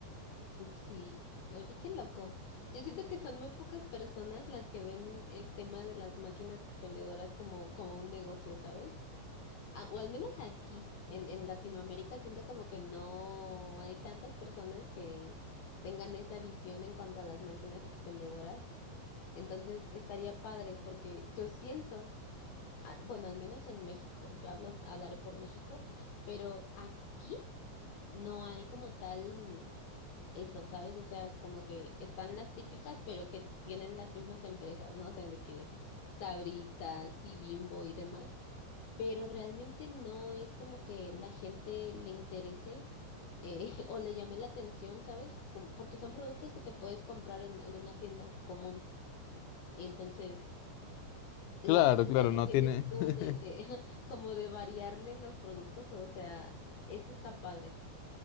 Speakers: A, on the left; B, on the left.
A: Sí, oye, qué loco. Yo siento que son muy pocas personas las que ven el tema de las máquinas expendedoras como, como un negocio, ¿sabes? Ah, o al menos aquí, en, en Latinoamérica, siento como que no hay tantas personas que tengan esa visión en cuanto a las máquinas expendedoras. Entonces estaría padre porque yo siento, ah, bueno, al menos en México, yo hablo, hablaré por México, pero aquí no hay como tal eso, ¿sabes? O sea, como que están las típicas, pero que tienen las mismas empresas, no sé, de que Sabritas y Bimbo y demás, pero realmente no es como que la gente le interese. eh, <laughs> o le llame la atención, ¿sabes? Como, porque son productos que te puedes comprar en, en una tienda común. Y entonces, La,
B: Claro,
A: la
B: claro,
A: idea que
B: no
A: tienes
B: tiene.
A: tú
B: <laughs>
A: de, de <laughs> como de variarle los productos, o sea, eso está padre.